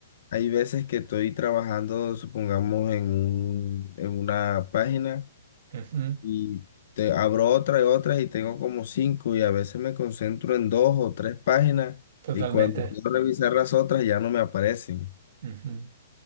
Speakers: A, on the left; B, on the right.
A: hay veces que estoy trabajando, supongamos, en un- en una página.
B: Ujú,
A: y te abro otra y otra y tengo como cinco y a veces me concentro en dos o tres páginas
B: Totalmente.
A: y cuando quiero revisar las otras ya no me aparecen.
B: Ujú.